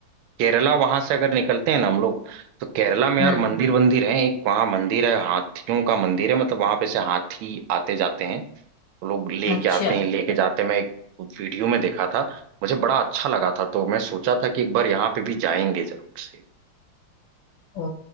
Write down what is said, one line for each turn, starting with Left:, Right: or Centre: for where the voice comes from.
Right: केरला वहां से अगर निकलते हैं ना हम लोग तो केरला में
Left: हम्म
Right: यार मंदिर वंदिर हैं एक वहाँ मंदिर है हाथियों का मंदिर है मतलब वहां पे से हाथी आते जाते हैं तो लोग लेके
Left: अच्छा
Right: आते हैं लेके जाते हैं मैं एक वीडियो में देखा था मुझे बड़ा अच्छा लगा था तो मैं सोचा था कि एक बार यहाँ पे भी जाएंगे जरूर से
Left: ओ